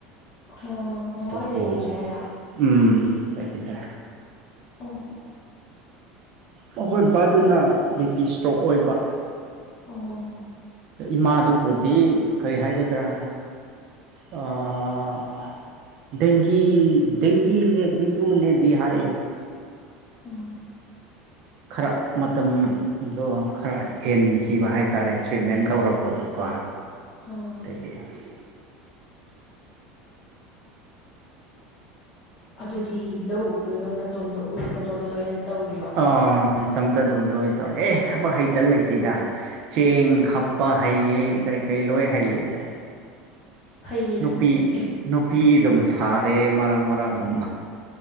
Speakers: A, on the left; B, on the right.
A: ꯑꯣ ꯃꯃꯥ ꯍꯣꯏ ꯂꯩꯈꯤꯗ꯭ꯔꯦ
B: ꯕꯣ
A: ꯍꯥꯏꯔꯣ
B: ꯎꯝ ꯂꯩꯄꯤꯗ
A: ꯑꯣ ꯑꯣ
B: ꯃꯈꯣꯏ ꯕꯥꯗꯨꯅ ꯕꯤ ꯄꯤ ꯏꯁꯇ꯭ꯔꯣꯛ ꯑꯣꯏꯕ
A: ꯑꯣ
B: ꯏꯃꯥꯗꯨꯕꯨꯗꯤ ꯀꯔꯤ ꯍꯥꯏꯒꯗ꯭ꯔꯥ ꯑꯥ ꯗꯦꯡꯒꯤ ꯗꯦꯡꯒꯤ ꯗꯦꯡꯒꯨꯅꯦꯗꯤ ꯍꯥꯏꯌꯦ
A: ꯎꯝ
B: ꯈꯔ ꯃꯇꯝꯗꯣ ꯈꯔ ꯍꯦꯟꯈꯤꯕ ꯍꯥꯏꯇꯥꯔꯦ ꯇ꯭ꯔꯤꯠꯃꯦꯟ ꯇꯧꯔ ꯇꯧꯔꯛꯄꯥꯗꯨ ꯀꯣ
A: ꯑꯥ
B: <unintelligible>
A: ꯑꯗꯨꯗꯤ ꯂꯧ ꯎꯕꯄꯗꯨ ꯅꯪ ꯅꯇꯣꯝꯗ ꯎ ꯅꯇꯣꯝꯗ ꯂꯣꯏꯅ ꯇꯧꯔꯤꯔꯣ
B: ꯑꯥ ꯏꯊꯣꯝꯇ ꯑꯗꯨꯝ ꯂꯣꯏꯅ ꯇꯧꯔꯦ ꯑꯦ ꯊꯕꯛ ꯍꯩꯇꯥ ꯂꯩꯇꯦꯗ ꯆꯦꯡ ꯈꯞꯄ ꯍꯩꯌꯦ ꯀꯩꯀꯩ ꯂꯣꯏ ꯍꯩꯌꯦꯗ
A: ꯐꯩꯌꯦ ꯑꯗꯨꯕꯨꯗꯤ
B: ꯅꯨꯄꯤ ꯅꯨꯄꯤ ꯑꯗꯨꯝ ꯁꯥꯔꯦ ꯃꯔꯛ ꯃꯔꯛ ꯑꯗꯨꯝ